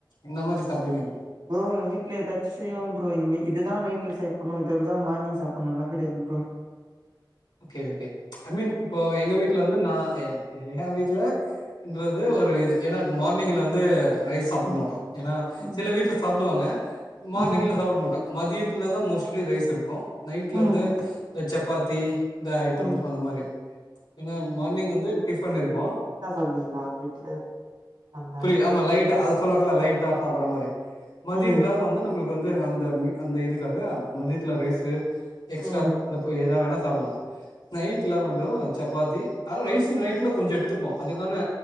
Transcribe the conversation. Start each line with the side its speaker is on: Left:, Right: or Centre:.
Left: எந்த மாரி சாப்டுவீங்க
Right: ப்ரோ வீட்டுல ஏதாச்சு செய்வங்க ப்ரோ இனிமே இதுதா நைட்ல செய்யப்பட்ணு இதுலதா மார்னிங் சாப்புட்ணுலா கிடயாது bro
Left: okay okay I mean இப்போ எங்க வீட்டுல வந்து நா எப் ஏ வீட்டுல ன்றது ஒரு இது எனக் மார்னிங்ல வந்து ரைஸ் சாப்ட
Right: ம்
Left: மாட்டோ ஏனா
Right: ம்
Left: செல வீட்ல சாப்பிடுவாங்க மார்னிங்க்ல
Right: ம்
Left: சாப்பிட மாட்ட மதியத்துல தா மோஸ்ட்லி ரைஸ் இருக்கோ நைட்ல
Right: ம்
Left: வந்து இந்த சப்பாத்தி இந்த ஐட்டம்
Right: ம்
Left: அந்த மாரி என்ன மார்னிங் வந்து டிஃபன் இருக்கு
Right: சாப்டுவீங்களா நைட்ல அந்த
Left: புரியுது ஆமா லைட்டா அத சொல்லாக லைட்டா சாப்படுற மாரி மதியத்துல
Right: ம்
Left: வந் து நம்மளுக்கு வந்து அந்த அந்த இதுக்காக மதியத்துல ரைசு எக்ஸ்ட்ரா
Right: ம்
Left: ல போய் எதாவேனாசாப்லா நைட்ல மட்டு சப்பாத்தி அது ரைஸ் நைட்ல கொஞ்சோ எடுத்துப்போ அதுக்கான